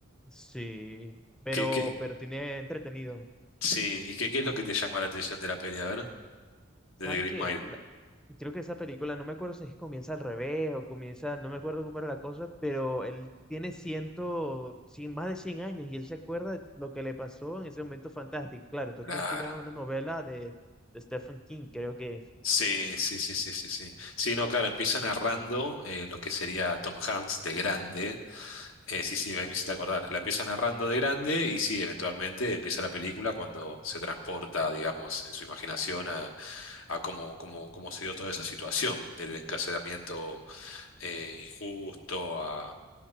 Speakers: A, in the centre; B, on the left.
A: Sí, pero,
B: ¿Qué, qué,
A: pero tiene entretenido.
B: sí, ¿y qué, qué es lo que te llama la atención de la peli? A ver,
A: ¿Sabes
B: de The Green
A: qué?
B: Mile.
A: La- creo que esa película, no me acuerdo si es que comienza al revés o comienza, no me acuerdo cómo era la cosa, pero él tiene ciento, cien- más de 100 años y él se acuerda de lo que le pasó en ese momento fantástico. Claro, esto
B: Claro.
A: está inspirado en una novela de, de Stephen King, creo que es.
B: Sí, sí, sí, sí, sí, sí. Sí, no, claro, empieza narrando eh, lo que sería Tom Hanks de grande. Eh, sí, sí, ahí me hiciste acordar. La empieza narrando de grande y sí, eventualmente empieza la película cuando se transporta, digamos, en su imaginación a, a cómo, cómo, cómo se dio toda esa situación del encarcelamiento eh, injusto, a, a